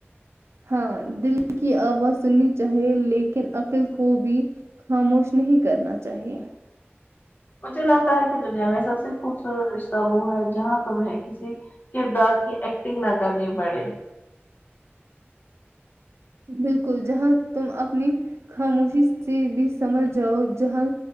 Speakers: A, on the right (about 85°); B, on the left (about 45°).
A: ہاں دل کی آواز سننی چاہیے لیکن عقل کو بھی خاموش نہیں کرنا چاہیے
B: مجھے لگتا ہے کہ دنیا میں سب سے خوبصورت رشتہ وہ ہے جہاں تمیں کسی کردار کی ایکٹنگ نہ کرنی پڑے
A: بالکل جہاں تم اپنی خاموشی سے بھی سمجھ جاؤ جہاں